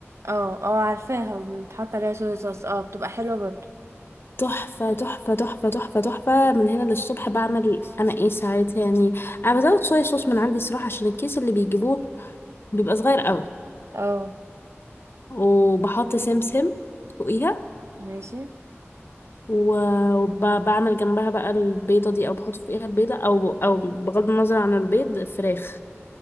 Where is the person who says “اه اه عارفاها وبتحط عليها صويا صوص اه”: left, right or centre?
Right